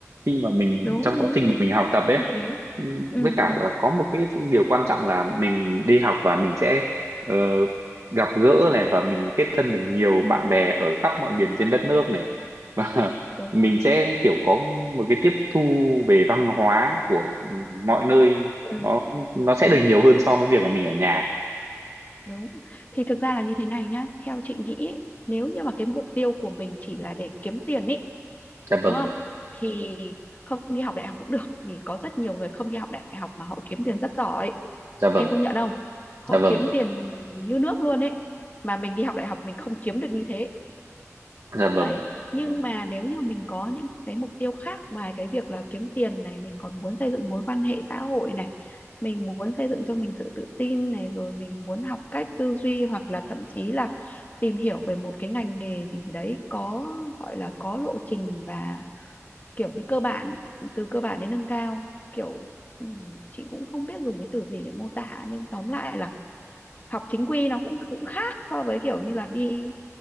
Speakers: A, on the right; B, on the left.
A: khi mà mình
B: đúng
A: trong
B: đúng
A: quá trình
B: đúng
A: mà mình học tập ấy
B: hợp lý ừ
A: với cả
B: ừ
A: là có một cái điều quan trọng là mình đi học và mình sẽ ờ, gặp gỡ này và mình kết thân được nhiều bạn bè ở khắp mọi miền trên đất nước này <laughs>
B: đúng
A: mình
B: rồi
A: sẽ kiểu có một cái tiếp thu về văn hóa của mọi nơi
B: ừ
A: nó nó sẽ
B: đúng
A: được nhiều hơn so với việc mà mình ở nhà
B: Đúng. Thì thực ra là như thế này nhá, theo chị nghĩ ấy, nếu như mà cái mục tiêu của mình chỉ là để kiếm tiền ấy,
A: dạ vâng
B: đúng không? Thì không đi học đại học cũng được, vì có rất nhiều người không đi học đại học mà họ kiếm tiền rất giỏi,
A: dạ vâng
B: em công nhận không? Họ
A: dạ vâng
B: kiếm tiền như nước luôn ấy. Mà mình đi học đại học mình không kiếm được như thế
A: dạ vâng
B: đấy nhưng mà nếu như mình có những cái mục tiêu khác ngoài cái việc là kiếm tiền này mình còn muốn xây dựng mối quan hệ xã hội này mình muốn xây dựng cho mình sự tự tin này rồi mình muốn học cách tư duy hoặc là thậm chí là tìm hiểu về một cái ngành nghề gì đấy có gọi là có lộ trình và kiểu như cơ bản từ cơ bản đến nâng cao kiểu ừ, chị cũng không biết dùng cái từ gì để mô tả nhưng tóm lại là học chính quy nó cũng cũng khác so với kiểu như là đi